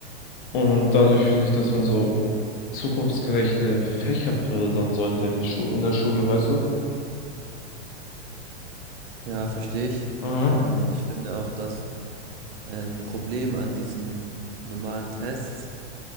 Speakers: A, on the left; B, on the right.
A: und dadurch finde ich, dass man so zukunftsgerechte Fächer fördern sollte in die Schule, in der Schule, weißt du?
B: Ja, verstehe ich.
A: Mhm.
B: Ähm, ich finde auch, dass Ähm, Problem an diesen normalen Tests